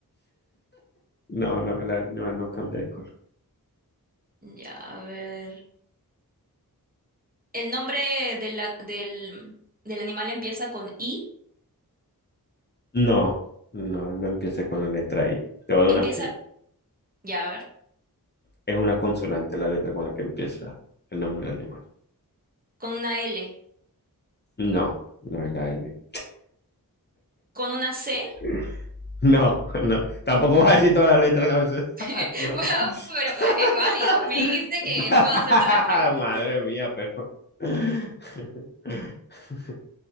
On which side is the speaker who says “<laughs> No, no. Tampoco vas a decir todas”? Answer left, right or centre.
Left